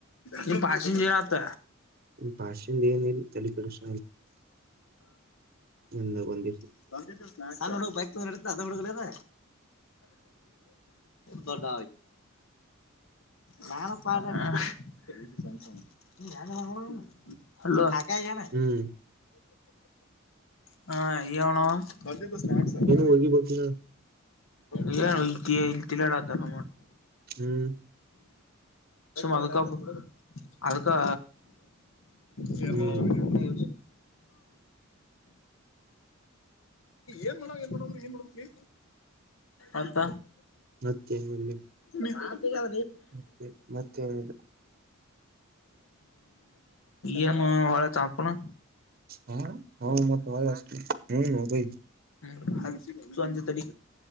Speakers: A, on the left; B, on the right.
A: ನಿ ಪಾಚಿಜರತ
B: ಪಾಶಚಿನ ತಲ ಕೃಶ ನಿ ಬಂದ
A: <inaudible> ತ ಎಡ ದದ ಮುಡಕಲದ ತಡ ನಾರ ಪ ನೀ ಯಗ ಬರ ಹಲೋ ಎನ್
B: ಹ್ಮ್
A: ಮಾಡಾವಾ? <inaudible> ಸರ್
B: ಹೋಗಿ ಬಿಲ್ಲ
A: ಇ ಇಲ್ತಿಲ್ಲಡ್ದಾಮ
B: ಹ್ಮ್
A: ಅಕ್ಕ ಅದಕ್ಕಾ ಶೇರ್
B: ಹ್ಮ್
A: ಮಾಡ ನೀ ಏನ್ ಮಾಡ ಏನ್ ಮಾಡದ ಏನ್ ಮಾಡ ನೀ ಅಂತ
B: ಮತ್ತೇನಿಲ್ಲ
A: ಹ
B: ಮತ್ತೆ ಮತ್ತೇನಿಲ್ಲ
A: ಏನು ಹೊಲಕ್ ಹಾಕುಮ್
B: ಹಾ ಹೌ ಮತ್ತ ಹೊ <unintelligible> <unintelligible>
A: ಹ್ಮ ಅಂತೆ ತಡಿ